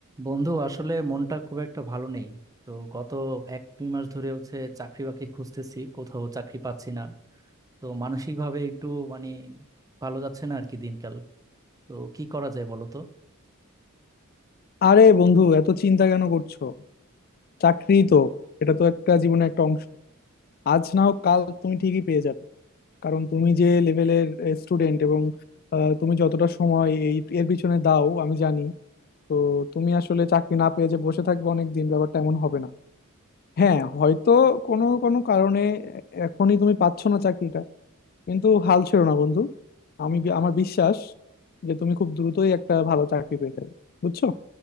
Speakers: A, on the right; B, on the left.
A: বন্ধু আসলে মনটা খুব একটা ভালো নেই তো গত এক দুই মাস ধরে হচ্ছে চাকরি বাকরি খুঁজতেছি কোথাও চাকরি পাচ্ছি না তো মানসিক ভাবে একটু মানে ভালো যাচ্ছে না আর কি দিনকাল তো কি করা যায় বলো তো
B: আরে বন্ধু এত চিন্তা কেন করছো চাকরি তো এটা তো একটা জীবনের একটা অংশ আজ না হোক কাল তুমি ঠিকই পেয়ে যাবে কারণ তুমি যে লেভেলের স্টুডেন্ট এবং আহ, তুমি যতটা সময় এই এর পিছনে দাও আমি জানি তো তুমি আসলে চাকরি না পেয়ে যে বসে থাকবে অনেক দিন ব্যাপারটা এমন হবে না হ্যাঁ হয়তো কোনো কোনো কারণে এখনই তুমি পাচ্ছ না চাকরিটা কিন্তু হাল ছেড়ো না বন্ধু আমি বি- আমার বিশ্বাস যে তুমি খুব দ্রুতই একটা ভালো চাকরি পেয়ে যাবে বুঝছো